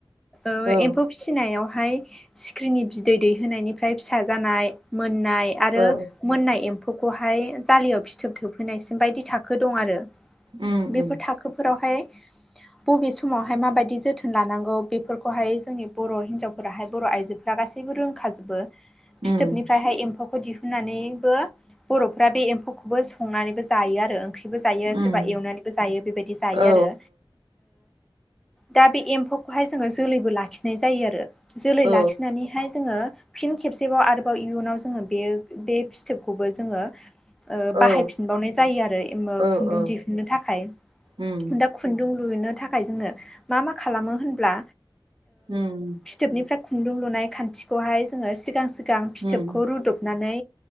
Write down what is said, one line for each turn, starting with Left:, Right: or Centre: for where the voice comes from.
Centre: ओ
Right: औ
Centre: एम्फौ फिनायावहाय सिख्रिनि बिदै दैहोनायनिफ्राय फिसा जानाय मोननाय आरो
Right: औ
Centre: मोननाय एम्फौखौहाय जाालियाव फिथोब थोबहैनायसिम बायदि थाखो दं आरो
Right: उम
Centre: बेफोर
Right: उम
Centre: थाखोफोरावहाय बबे समावहाय माबायदि बिदि जोथोन लानांगौ बेफोरखौहाय जोंनि बर' हिनजावफोराहाय बर' आइजोफोरा गासैबो रोंखाजोबो
Right: उम
Centre: फिथोबनिफ्रायहाय एम्फौखौ दिहुन होननानैबो बर'फ्रा बे एम्फौखौबो संनानैबो जायो आरो ओंख्रि जायो
Right: उम
Centre: सोरबा एवनानैबो जायो बेबायदि जायो
Right: औ
Centre: आरो दा बे एम्फौखौहाय जोंङो जोलैबो लाखिनाय जायो आरो जोलै
Right: औ
Centre: लाखिनानैहाय जोङो फिन खेबसेबाव आरोबाव इयुनाव जोंङो बे बे फिथोबखौबो जोंङो
Right: औ
Centre: बाहायफिनबावनाय जायो आरो
Right: औ
Centre: खुन्दुं
Right: औ
Centre: दिहुनन्नो थाखाय
Right: उम
Centre: दा खुन्दुं लुनो थाखाय जोंङो मा मा खालामो होनब्ला
Right: उम
Centre: फिथोबनिफ्राय खुन्दुं लुनाय खान्थिखौहाय जोंङो सिगां सि सि गां फिथोबखौ
Right: उम
Centre: रुदबनानै